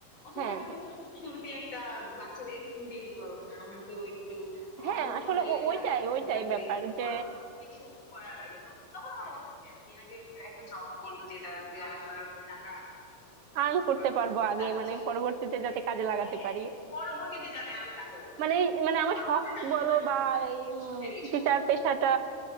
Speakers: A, on the left (about 45°); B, on the right (about 65°).
A: অথবা
B: হ্যাঁ
A: আমি
B: হ্যাঁ
A: তো শুরুতে একটা বাচ্চাদের স্কুল দিয়ে দিতে পারবো না আমার তো একটু
B: হ্যাঁ
A: অন্যভাবে
B: আসলে ও- ওইটাই
A: টাকা জমানো
B: ওইটাই
A: লাগবে
B: ব্যাপার
A: একটু
B: যে
A: অন্য কিছু করা লাগবে তো তখন আমার মনে হয় আমি আগে একটু একটা জব করবো যেটাতে আসলে আমি টাকা অর্জন
B: আর্ন
A: করতে
B: করতে
A: পারবো
B: পারবো আগে
A: প্লাস হচ্ছে
B: মানে
A: ও-
B: পরবর্তীতে
A: হ্যাঁ
B: যাতে কাজে লাগাতে
A: হ্যাঁ হ্যাঁ
B: পারি
A: পরবর্তীতে যাতে আমি কাজে লাগাতে
B: মানে মানে আমার
A: পরবর্তীতে
B: শখ
A: আমি
B: বলো
A: আমার
B: বা এই
A: পছন্দের কিছু
B: টিচার
A: করবো
B: পেশাটা